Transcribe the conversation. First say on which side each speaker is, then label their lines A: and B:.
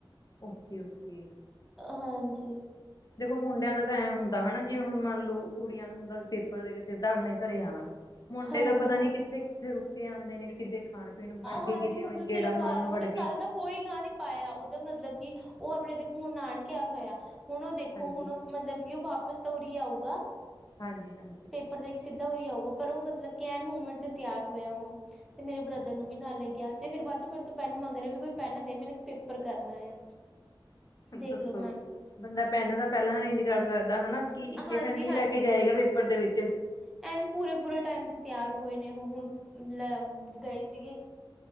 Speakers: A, on the left (about 45°); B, in the centre.
A: ਓਕੇ ਓਕੇ
B: ਹਾਂਜੀ
A: ਦੇਖੋ ਮੁੰਡਿਆਂ ਦਾ ਤਾਂ ਐਂ ਹੁੰਦਾ ਹਨਾ ਜਿਵੇਂ ਹੁਣ ਮੰਨ ਲਓ ਕੁੜੀਆਂ ਨੂੰ ਹੁੰਦਾ ਵੀ ਪੇਪਰ ਦੇ ਕੇ ਸਿੱਧਾ ਆਪਣੇ ਘਰੇ ਆਣਾ ਮੁੰਡੇ
B: ਹਾਂਜੀ
A: ਦਾ ਪਤਾ ਨੀ ਕਿੱਥੇ ਕਿੱਥੇ ਰੁਕੇ ਆਂਦੇ ਨੇ ਕਿਤੇ ਖਾਣ ਪੀਣ ਵ ਬੜ
B: ਹਾਂਜੀ
A: ਗਏ ਕਿਤੇ
B: ਹੁਣ ਤੁਸੀਂ
A: ਗੇੜਾ
B: ਲਗਾ
A: ਮਾਰਨ ਨੂੰ
B: ਲਓ
A: ਵੜ
B: ਉਹਨੇ
A: ਗਏ
B: ਕੱਲ ਦਾ ਕੋਈ ਗਾ ਨੀ ਪਾਇਆ ਉਹਦਾ ਮਤਲਬ ਕਿ ਉਹ ਆਪਣੇ ਦੇ ਖੂਨ ਨਾਨਕਿਆ ਹੋਇਆ। ਹੁਣ ਉਹ ਦੇਖੋ
A: ਹਾਂਜੀ
B: ਹੁਣ ਮਤਲਬ ਕਿ ਉਹ ਵਾਪਿਸ ਤਾਂ ਉਰੀ ਆਊਗਾ।
A: ਹਾਂਜੀ-ਹਾਂ
B: ਪੇਪਰ ਦੇ ਕੇ ਸਿੱਧਾ ਉਰੇ ਆਊਗਾ ਪਰ ਉਹ ਮਤਲਬ ਕਿ ਐਨ ਮੋਮੈਂਟ ਤੇ ਤਿਆਰ ਹੋਇਆ ਉਹ ਤੇ ਮੇਰੇ ਬ੍ਰਦਰ ਨੂੰ ਵੀ ਨਾਲ ਲੈ ਗਿਆ ਫਿਰ ਬਾਅਦ ਚ ਮੇਰੇ ਤੋਂ ਪੈਨ ਮੰਗ ਰਿਹਾ ਵੀ ਕੋਈ ਪੈਨ ਦੇ ਮੇ ਪੇਪਰ ਪੇਪਰ ਕਰਨਾ ਆ ਦੇਖਲੋ
A: ਦੱਸੋ
B: ਮੈਮ
A: ਬੰਦਾ ਪੈਨ ਦਾ ਪਹਿਲਾਂ ਅਰੇਂਜ ਕਰ ਸਕਦਾ ਹਨਾ ਕਿ ਇੱਕੇ
B: ਹਾਂਜੀ
A: ਪੈਨ ਹੀ ਲੈ ਕੇ ਜਾਏਗਾ ਪੇਪਰ ਦੇ ਵਿੱਚ
B: ਐ ਪੂਰੇ ਪੂਰੇ ਟਾਈਮ ਤੇ ਤਿਆਰ ਹੋਏ ਨੇ ਉਹ ਹੁਣ ਲੈ ਗਏ ਸੀਗੇ